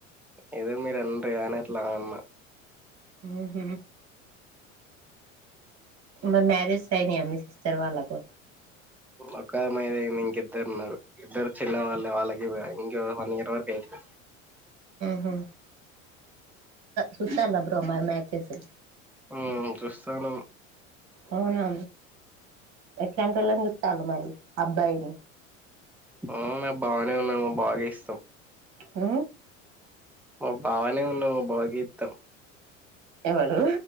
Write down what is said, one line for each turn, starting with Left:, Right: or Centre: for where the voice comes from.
Centre: ఏదో మీరు అన్నారు కాని అట్లా అన్నా
Right: ఆహ మరి మ్యారేజ్స్ అయినాయా మీ సిస్టర్ వాళ్ళకు
Centre: ఒక్క ఆమెయింది ఇంకి ఇద్దరు ఉన్నారు ఇద్దరు చిన్న వాళ్ళే వాళ్ళకి ఇంకో వన్ ఇయర్ వరకు అయితది
Right: హు సుత్తల బ్రో మరి మ్యాచెస్
Centre: ఉమ్ చూస్తానము
Right: అవునా ఎట్లాంటి వాళ్ళని చుతాలు మరి అబ్బాయిని
Centre: ఆ మా బావనే ఉన్నాడు మా బావకే ఇస్తాం
Right: హ
Centre: మా బావనే ఉన్నాడు మా బావకే ఇత్తం
Right: ఎవలు